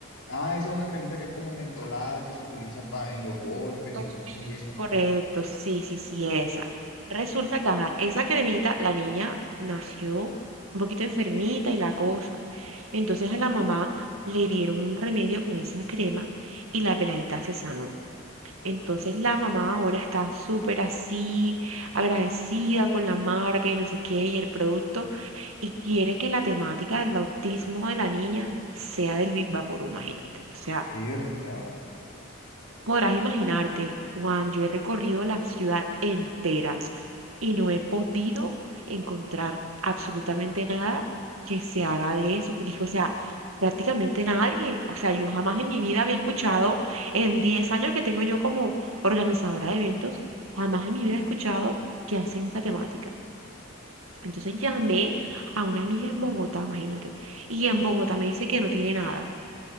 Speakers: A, on the left; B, on the right.
A: ah, esa es una cremita que es como mentolada, que se utiliza pa- en los golpes,
B: Ah,
A: en los brotes y eso, ¿no?
B: Correcto, sí, sí, sí, esa. Resulta que ajá, esa cremita, la niña nació un poquito enfermita y la cosa. Entonces a la mamá le dieron un remedio con esa crema y la peladita se sanó. Entonces la mamá ahora está súper así, agradecida con la marca y no sé qué y el producto y quiere que la temática del bautismo de la niña sea del Viva Vaporú, imagínate. O sea,
A: Mierda.
B: Podrás imaginarte, Juan, yo he recorrido la ciudad entera y no he podido encontrar absolutamente nada que se haga de eso, porque es que, o sea, prácticamente nadie, o sea, yo jamás en mi vida había escuchado, en 10 años que tengo yo como organizadora de eventos, jamás en mi vida he escuchado que hacen esta temática. Entonces llamé a una amiga en Bogotá, imagínate, y en Bogotá me dice que no tiene nada.